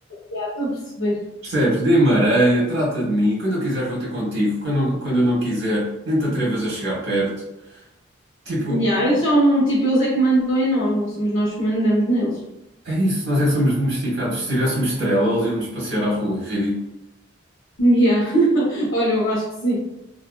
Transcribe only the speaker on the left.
já estou a perceber.
Yeah, eles são, tipo, eles é que mandam em nós, não somos nós que mandamos neles.
Yeah. <laughs> Olha, eu acho que sim.